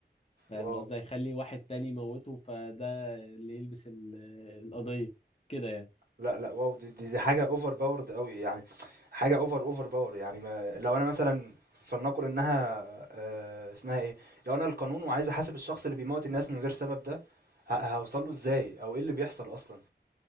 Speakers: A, on the left; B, on the right.
A: فاهم
B: واو
A: قصدي هيخلي واحد تاني يموته فده اللي يلبس ال- القضية كده يعني
B: لا لا واو دي دي, دي حاجه اوفر باورد قوي يعني حاجه اوفر اوفر باور يعني ما لو انا مثلا فلنقل انها آه، اسمها ايه لو انا القانون وعايز احاسب الشخص اللي بيموت الناس من غير سبب ده ه- هوصل له ازاي او ايه اللي بيحصل اصلا